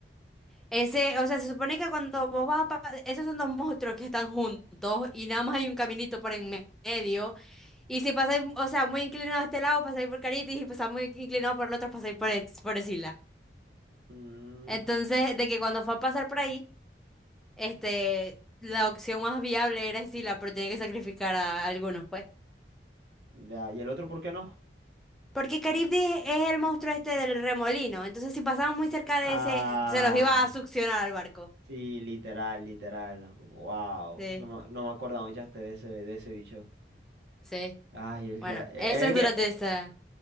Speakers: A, in the centre; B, on the right.
A: Ese, o sea, se supone que cuando vos vas a... pa- Esos son dos monstruos que están juntos y nada más hay un caminito por en me- medio. Y si pasáis, o sea, muy inclinado a este lado, pasáis por Caribdi y si pasáis muy inclinado por el otro, pasáis por, ex- por Sila.
B: Mm,
A: Entonces, de que cuando fue a pasar por ahí, este... La opción más viable era Sila, pero tenía que sacrificar a algunos, pues.
B: ya. ¿Y el otro por qué no?
A: Porque Caribdis es el monstruo este del remolino. Entonces, si pasaban muy cerca de
B: Ah,
A: ese, se los iba a succionar al barco.
B: sí, literal, literal. Wow.
A: Sí,
B: No, me- no me acuerdo mucho de ese, de ese bicho.
A: sí.
B: Ay, el
A: Bueno,
B: que, e,
A: eso
B: es
A: es
B: el que,
A: durante
B: e,
A: esa.